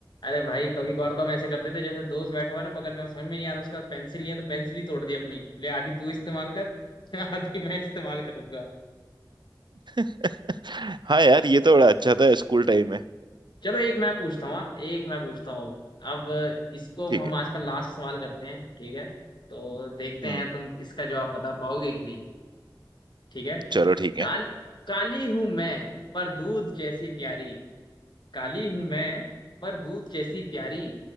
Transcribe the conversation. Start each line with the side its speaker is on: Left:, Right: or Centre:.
Left: अरे भाई कभी कभार तो हम ऐसे करते थे जैसे दोस्त बैठा हुआ है ना बगल में अब समझ में नहीं आ रहा उसके पास पेंसिल नहीं है तो पेंसिल ही तोड़ दी अपनी ले आधी तू इस्तेमाल कर <laughs> आधी मैं इस्तेमाल करूंगा
Right: <laughs> हाँ यार ये तो बड़ा अच्छा था स्कूल टाइम में
Left: चलो एक मैं पूछता हूँ हाँ, एक मैं पूछता हूँ अब इसको
Right: ठीक
Left: हम
Right: है
Left: आज का लास्ट सवाल करते हैं ठीक है तो देखते
Right: हम्म
Left: हैं तुम इसका जवाब बता पाओगे कि नहीं ठीक है
Right: चलो ठीक है
Left: काल काली हूं मैं पर दूध जैसी प्यारी काली हूं मैं पर दूध जैसी प्यारी